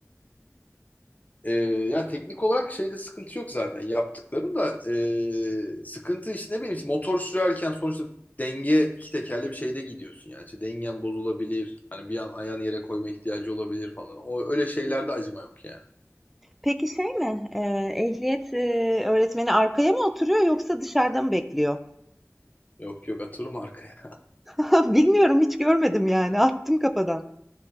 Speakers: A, on the left (about 30°); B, in the centre.
A: Ee, yani teknik olarak şeyde sıkıntı yok zaten yaptıkların da ee, sıkıntı işte ne bileyim işte motor sürerken sonuçta denge iki tekerli bir şeyde gidiyorsun yani işte dengen bozulabilir hani bir an ayağını yere koyma ihtiyacı olabilir falan o öyle şeylerde acıma yok yani
B: Peki şey mi? Eee, ehliyet eee, öğretmeni arkaya mı oturuyor yoksa dışarıda mı bekliyor?
A: yok yok atırım arkaya
B: <laughs> Bilmiyorum hiç görmedim yani attım kafadan.